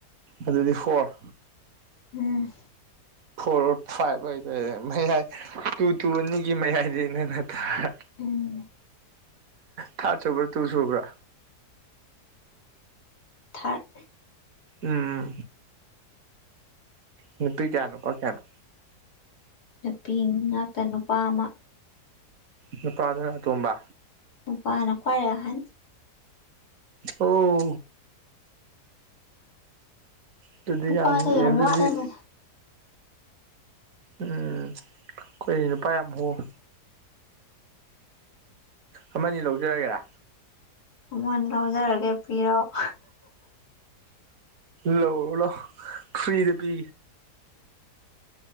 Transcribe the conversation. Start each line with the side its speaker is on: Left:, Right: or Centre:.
Right: ꯑꯗꯨꯗꯤ ꯐꯣꯔ
Left: ꯎꯝ
Right: ꯐꯣꯔ ꯐꯥꯏꯚ ꯍꯥꯏꯇꯔꯦ ꯃꯌꯥꯏ ꯇꯨ ꯇꯨ ꯑꯅꯤꯒꯤ ꯃꯌꯥꯏꯗꯗꯤ ꯅꯪꯅ ꯇꯥꯔꯦ
Left: ꯎꯝ
Right: ꯊꯥꯔꯠ ꯁꯨꯕ꯭ꯔꯥ ꯇꯨ ꯁꯨꯕ꯭ꯔꯥ
Left: ꯊꯥꯔꯠ
Right: ꯎꯝ ꯅꯨꯄꯤ ꯀꯌꯥ ꯅꯨꯨꯄꯥ ꯀꯌꯥꯅꯣ
Left: ꯅꯨꯄꯤ ꯉꯥꯛꯇ ꯅꯨꯄꯥ ꯑꯃ
Right: ꯅꯨꯄꯥ ꯗꯨꯅ ꯑꯇꯣꯝꯕ
Left: ꯅꯨꯄꯥꯅ ꯈ꯭ꯋꯥꯏ ꯑꯍꯟ
Right: ꯑꯣ ꯑꯗꯨꯗꯤ
Left: ꯅꯨꯄꯥꯁꯦ
Right: ꯌꯥꯝ ꯑꯗꯨꯗꯤ
Left: ꯋꯥꯠꯂꯦꯅꯦ
Right: ꯎꯝ ꯑꯩꯈꯣꯏ ꯅꯨꯄꯥ ꯌꯥꯝ ꯍꯣꯡ ꯑꯃꯅꯤ ꯂꯧꯖꯔꯒꯦꯔꯥ
Left: ꯑꯃꯅꯤ ꯂꯧꯖꯔꯒꯦ ꯄꯤꯔꯛꯑꯣ
Right: ꯂꯣ ꯂꯣ ꯐꯔꯤꯗ ꯄꯤ